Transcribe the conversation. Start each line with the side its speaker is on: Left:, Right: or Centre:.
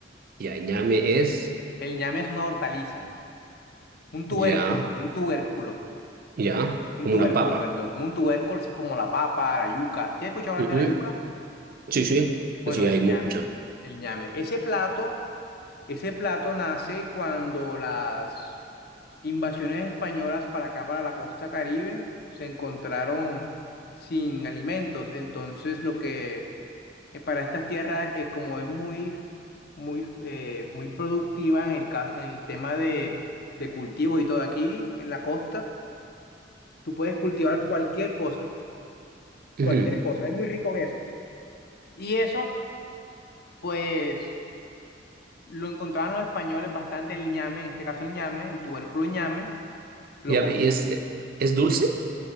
Right: Y añame es,
Left: El ñame es una hortaliza, un tubérculo,
Right: ya,
Left: un tubérculo,
Right: ya,
Left: un
Right: como
Left: tubérculo,
Right: una papa.
Left: perdón, un tubérculo así como la papa, la yuca. ¿Sí has escuchado hablar
Right: Ujú.
Left: de la yuca?
Right: Sí, sí.
Left: Bueno,
Right: Sí,
Left: el
Right: hay mucha.
Left: ñame, el ñame. Ese plato Ese plato nace cuando las invasiones españolas para acá, para la costa Caribe, se encontraron sin alimentos. Entonces, lo que eh, para estas tierras, eh, como es muy, muy, eh, muy productiva en el caso, en el tema de, de cultivos y todo aquí en la costa, tú puedes cultivar cualquier cosa, cualquier
Right: Ujú.
Left: cosa. Es muy rico en eso. Y eso, pues, lo encontraban los españoles bastante el ñame, en este caso el ñame, el tubérculo ñame Lo
Right: Ya,
Left: combino.
Right: ¿Y es, es dulce?